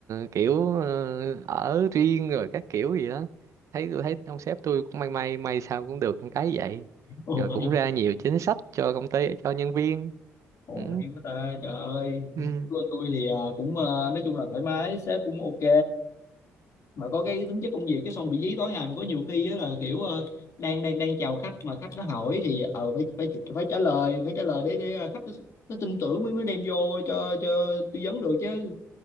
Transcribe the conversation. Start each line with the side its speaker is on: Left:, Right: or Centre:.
Right: kiểu ờ, ở riêng rồi các kiểu gì đó thấy tôi thấy ông sếp tôi cũng may may may sao cũng được cái vậy
Left: ồ
Right: rồi
Left: hay
Right: cũng ra nhiều chính sách cho công ty cho nhân viên
Left: ồ
Right: ừ.
Left: hay quá ta trời ơi
Right: Ừ.
Left: Của anh tôi thì ờ, cũng ờ, nói chung là thoải mái sếp cũng ok mà có cái tính chất công việc cái xong bị dí tối ngày mà có nhiều khi á là kiểu ờ, đang đang đang chào khách mà khách nó hỏi thì ờ phải phải phải trả lời phải trả lời để để ờ, khách nó, nó tin tưởng mới mới đem vô cho cho tư vấn được chứ